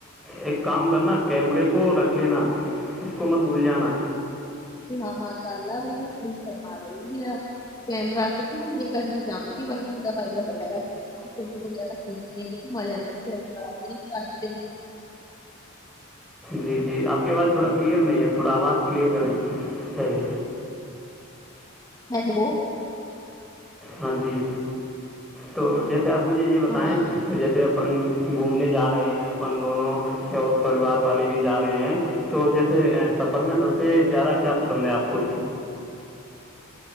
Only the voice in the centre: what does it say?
ایک کام کرنا کیمرے کو رکھ لینا اس کو مت بھول جانا
جی جی آپ کی آواز تھوڑا کلیئر نہیں ہے تھوڑا آواز کلیئر کریں چلیے
ہاں جی تو جس آپ مجھے یہ بتائیں
کہ جیسے اپن گھومنے جا رہے ہیں اپن دونوں اور پریوار والے بھی جا رہے ہیں تو جیسے سفر میں سب سے زیادہ کیا پسند ہے آپ کو